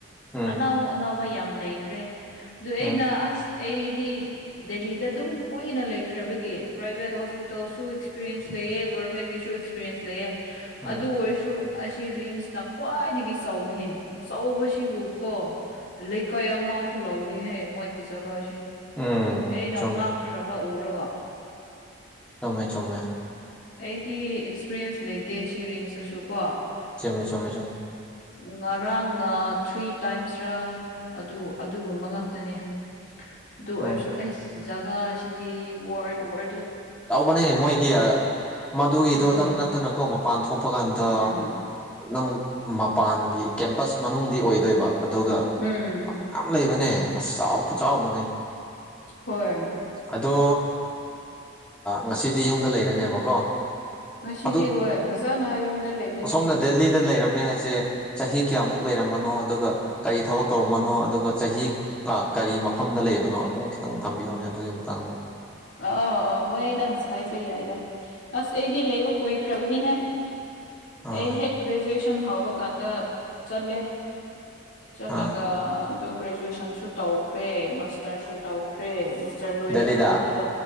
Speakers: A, in the centre; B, on the left.
A: ꯎꯝ
B: ꯑꯅꯥꯎ ꯑꯅꯕ ꯌꯥꯝ ꯂꯩꯈ꯭ꯔꯦ ꯑꯗꯨ
A: ꯎꯝ
B: ꯑꯩꯅ ꯑꯁ ꯑꯩꯗꯤ ꯗꯦꯜꯂꯤꯗ ꯑꯗꯨꯝ ꯀꯣꯏꯅ ꯂꯩꯈ꯭ꯔꯕꯒꯤ ꯄ꯭ꯔꯥꯏꯚꯦꯠ ꯍꯣꯁꯄꯤꯇꯥꯜꯁꯨ ꯑꯦꯛꯁꯄꯤꯔꯤꯦꯟꯁ ꯂꯩꯑꯦ ꯒꯣꯔꯔꯃꯦꯟꯒꯤꯁꯨ ꯑꯦꯛꯁꯄꯤꯔꯤꯦꯟꯁ ꯂꯩꯑꯦ ꯑꯗꯨ
A: ꯎꯝ
B: ꯑꯣꯏꯔꯁꯨ ꯑꯁꯤ ꯔꯤꯝꯁꯅ ꯈ꯭ꯋꯥꯏꯗꯒꯤ ꯆꯥꯎꯧꯕꯅꯤ ꯆꯥꯎꯧꯕꯁꯤꯕꯨ ꯀꯣ ꯂꯩꯀꯥꯏ ꯑꯃꯁꯨ ꯂꯧꯅꯤꯍꯦ ꯃꯣꯏꯒꯤ ꯖꯒꯥꯁꯤ
A: ꯎꯝ
B: ꯑꯩꯅꯪ
A: ꯆꯨꯝꯃꯦ
B: ꯉꯛꯈ꯭ꯔꯕ ꯎꯔꯣꯒꯣ
A: ꯆꯨꯝꯃꯦ ꯆꯨꯝꯃꯦ
B: ꯑꯩꯗꯤ ꯑꯦꯛꯁꯄꯤꯔꯤꯌꯦꯟꯁ ꯂꯩꯇꯦ ꯁꯤ ꯔꯤꯝꯁꯇꯁꯨ ꯀꯣ
A: ꯆꯨꯝꯃꯦ ꯆꯨꯝꯃꯦ ꯆꯨꯝꯃꯦ
B: ꯉꯔꯥꯡꯅ ꯊ꯭ꯔꯤ ꯇꯥꯏꯝꯁꯔ ꯑꯗꯨ ꯑꯗꯨꯒꯨꯝꯕ ꯉꯥꯛꯇꯅꯤ ꯑꯗꯨ
A: ꯎꯝ
B: ꯑꯣꯏꯔꯁꯨ ꯑꯩ ꯖ ꯁꯤꯗꯤ ꯋꯥꯣꯠ ꯋꯥ
A: ꯇꯧꯕꯅꯦ ꯃꯣꯏꯒꯤ ꯃꯗꯨꯒꯤꯗꯨꯣꯗꯪ
B: ꯎꯝ
A: ꯅꯠꯇꯅꯀꯣ ꯃꯄꯥꯟ ꯊꯣꯛꯄ ꯀꯥꯟꯗ
B: ꯎꯝ
A: ꯅꯪ ꯃꯄꯥꯟꯒꯤ ꯀꯦꯝꯄꯁ ꯃꯅꯨꯡꯗꯤ ꯑꯣꯏꯗꯣꯏꯕ ꯑꯗꯨꯒ
B: ꯎꯝ
A: ꯃꯌꯥꯝ ꯂꯩꯕꯅꯦ ꯑꯁ ꯆꯥꯎ ꯈꯨ ꯆꯥꯎꯕꯅꯦ
B: ꯍꯣꯏ
A: ꯑꯗꯣ ꯉꯁꯤꯗꯤ ꯌꯨꯝꯗ ꯂꯩꯔꯅꯦꯕꯀꯣ
B: ꯉꯁꯤꯗꯤ
A: ꯑꯗꯨ
B: ꯍꯣꯏ ꯐꯖꯅ ꯌꯨꯝꯗ ꯂꯩꯔꯅꯤ
A: ꯑꯁꯣꯝꯅ ꯗꯦꯜꯂꯤꯗ ꯂꯩꯔꯝꯃꯦ ꯍꯥꯏ ꯁꯦ ꯆꯍꯤ ꯀꯌꯥꯃꯨꯛ ꯂꯩꯔꯝꯕꯅꯣ ꯑꯗꯨꯒ ꯀꯔꯤ ꯊꯕꯛ ꯇꯧꯔꯝꯕꯅꯣ ꯑꯗꯨꯒ ꯑꯗꯨꯒ ꯆꯍꯤ ꯀꯔꯤ ꯃꯐꯝꯗ ꯂꯩꯕꯅꯣ ꯑꯗꯨꯝ ꯈꯤꯇꯪ ꯊꯝꯕꯤꯌꯣꯅꯦ ꯑꯗꯨꯒꯤ ꯃꯇꯥꯡꯗ
B: ꯑ ꯑꯥ ꯍꯣꯏ ꯑꯩꯗ ꯍꯥꯏꯕ ꯌꯥꯏ ꯑꯩꯗ ꯑꯁ ꯑꯩꯗꯤ ꯂꯩꯕ ꯀꯨꯏꯈ꯭ꯔꯕꯅꯤꯍꯦ
A: ꯑꯥ
B: ꯑꯩ ꯍꯦꯛ ꯒ꯭ꯔꯦꯖꯨꯑꯦꯁꯟ ꯍꯧꯕ ꯀꯥꯟꯗ ꯆꯠꯂꯦ ꯆꯠꯂꯒ
A: ꯑꯥ
B: ꯑꯗꯨ ꯒ꯭ꯔꯦꯖꯨꯑꯦꯁꯟꯁꯨ ꯇꯧꯈ꯭ꯔꯦ ꯃꯥꯁꯇꯔꯁꯨ ꯇꯧꯈ꯭ꯔꯦ ꯆꯇ꯭ꯔ ꯂꯣꯏꯔꯒ
A: ꯗꯦꯜꯂꯤꯗ
B: ꯑꯃꯨꯛꯀ